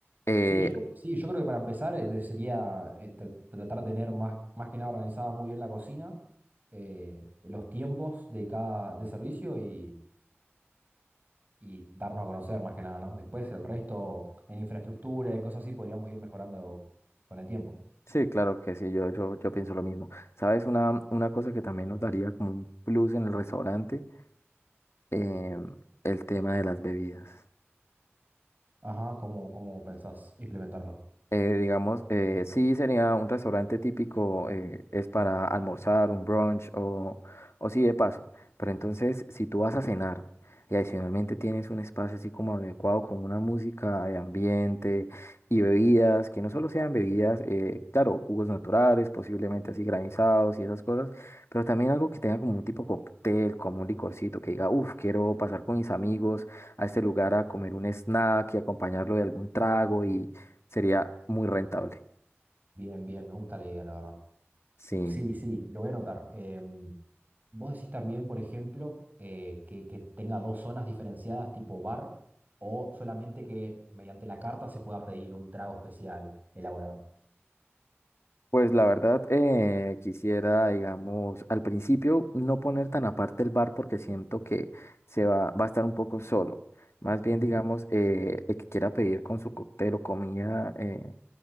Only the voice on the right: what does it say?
Sí, yo creo que sí, yo creo que para empezar eh, te sería eh, tra- tratar de tener más, más que nada organizada muy bien la cocina, eh, los tiempos de cada de servicio y, y darnos a conocer más que nada, ¿no? Después el resto en infraestructura, en cosas así, podríamos ir mejorando con el tiempo.
Ajá, ¿cómo, cómo pensás implementarlo?
Bien, bien, me gusta la idea, la verdad.
Sí, sí, lo voy a anotar. Em, vos decís también, por ejemplo, eh, que, que tenga dos zonas diferenciadas tipo bar o solamente que mediante la carta se pueda pedir un trago especial elaborado.
Ujú.